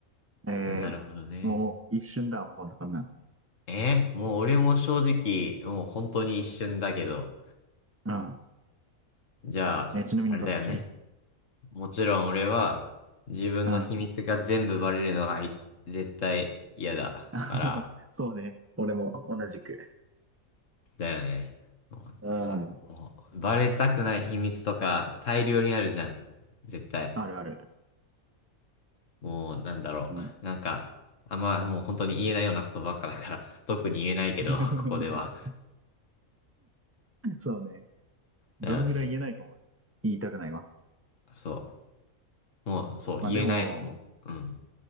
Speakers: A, on the right; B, on the left.
A: えー、
B: なるほどね。
A: もう、もう一瞬だわ、こんな、こんなん。
B: えーもう俺も正直、もう本当に一瞬だけど、
A: うん。
B: じゃあ、
A: えーちなみにどっち
B: あれだよね。もちろん俺は自分の秘密が全部バレるのがい絶対嫌だから、
A: うん。<laughs> そうね。俺も同じく。
B: だよね。も
A: うん。
B: う、もうバレたくない秘密とか大量にあるじゃん。絶対。
A: あるある。
B: もうなんだろう。
A: うん。
B: なんか、あんまもう本当に言えないようなことばっかだから、<laughs> 特に言えないけど、
A: <laughs>
B: <laughs> ここでは。
A: そうね。
B: だよね。
A: どのぐらい言えないかも言いたくないわ。
B: そう。もう、そう、
A: まあでも、
B: 言えない。もう、うん。